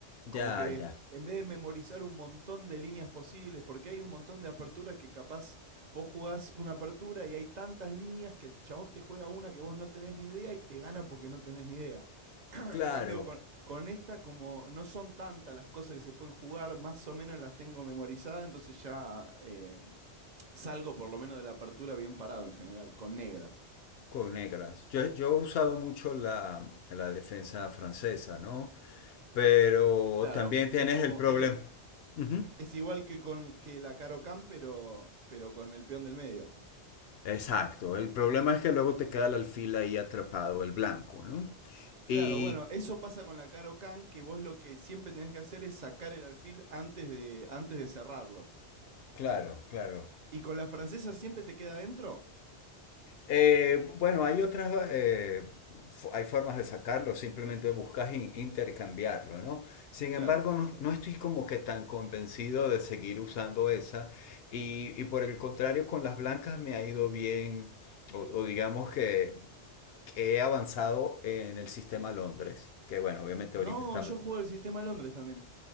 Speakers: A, on the left; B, on the right.
A: Ya,
B: Como que
A: ya.
B: en vez de memorizar un montón de líneas posibles, porque hay un montón de aperturas que capaz vos jugás una apertura y hay tantas líneas que el chabón te juega una que vos no tenés ni idea y te gana porque no tenés ni idea. <clears throat>
A: Claro.
B: En cambio, con, con esta, como no son tantas las cosas que se pueden jugar, más o menos las tengo memorizadas, entonces ya eh, salgo por lo menos de la apertura bien parado en general, con negras.
A: con negras. Yo, yo he usado mucho la, la defensa francesa, ¿no? Pero
B: Claro,
A: también tienes
B: que es como,
A: el problema.
B: es, lo-
A: Ujú.
B: es igual que con que la Caro Can, pero, pero con el peón del medio.
A: Exacto. El problema es que luego te queda el alfil ahí atrapado, el blanco, ¿no? Y
B: Claro, bueno, eso pasa con la Caro Can, que vos lo que siempre tenés que hacer es sacar el alfil antes de, antes de cerrarlo.
A: claro, claro.
B: ¿Y con la francesa siempre te queda adentro?
A: Eh, bueno, hay otras, eh, fo- hay formas de sacarlo, simplemente buscas in- intercambiarlo, ¿no? Sin
B: Claro.
A: embargo, no, no estoy como que tan convencido de seguir usando esa y, y por el contrario, con las blancas me ha ido bien, o, o digamos que, que he avanzado en el sistema Londres, que bueno, obviamente
B: No,
A: ahorita está...
B: yo juego el sistema Londres también.